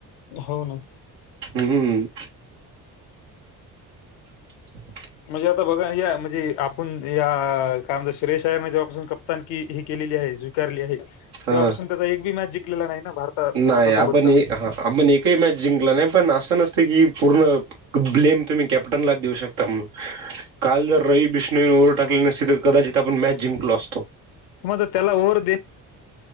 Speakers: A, on the left; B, on the right.
A: हो ना.
B: हम्म हम्म. <inaudible>
A: म्हणजे आता बघा या, म्हणजे आपण या काय म्हणता, श्रेयशाही मध्ये जेव्हा प्रथम की हे केलेली आहे स्वीकारली आहे,
B: हा
A: तेव्हापासून त्याचा एक बी मॅच जिंलेला नाही. ना भारता भारतासोबतचा.
B: नाही आपण ह आपण एकही मॅच जिंकला नाही, पण असं नसत की पूर्ण ब्लेम तुमही केॅप्टन लाच देऊ शकता, काल जर रवि बिष्णू ओववर टाकलेली नसती, तर कदाचित तिथं आपण मॅच जिंकलो असतो.
A: मग त्याला ओव्हर